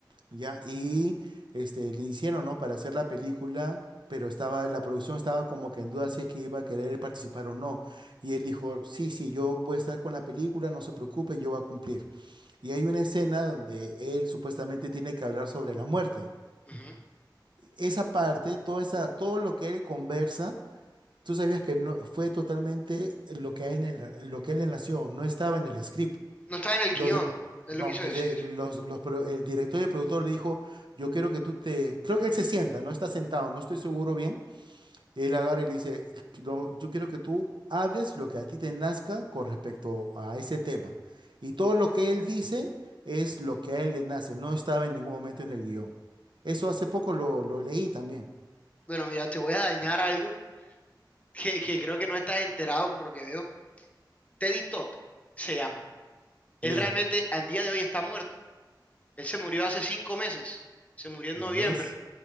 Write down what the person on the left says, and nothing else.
ujú.
No está en el
guión,
es
lo que quiso
decir.
Bueno, mira, te voy a dañar algo que, que creo que no estás enterado por lo que veo. Teddy Todd se llama. Él
realmente al día de hoy está muerto. Él se murió hace cinco meses. Se murió en
noviembre.